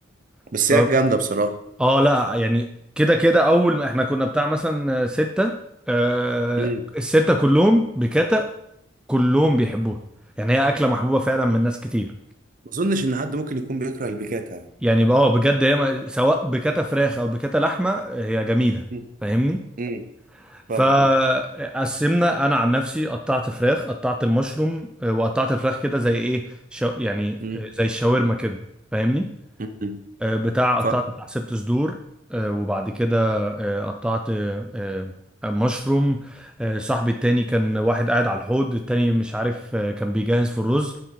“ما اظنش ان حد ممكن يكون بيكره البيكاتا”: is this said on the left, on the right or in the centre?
Right